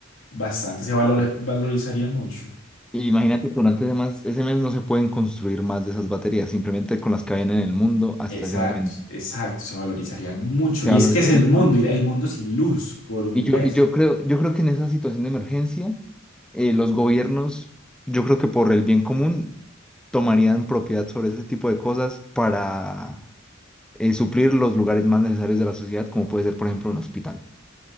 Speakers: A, on the left; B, in the centre.
A: bastante, se
B: Ok.
A: valor valorizarían mucho.
B: Y imagínate que durante ese mes, ese mes no se pueden construir más de esas baterías, simplemente con las que habían en el mundo hasta
A: Exacto,
B: ese momento.
A: exacto, se valorizarían mucho.
B: Se
A: Y
B: valorizan
A: es que es el mundo, y el mundo sin luz por un
B: Y yo,
A: mes.
B: y yo creo, yo creo que en esa situación de emergencia, eh, los gobiernos, yo creo que por el bien común, tomarían propiedad sobre ese tipo de cosas para eh, suplir los lugares más necesarios de la sociedad, como puede ser, por ejemplo, un hospital.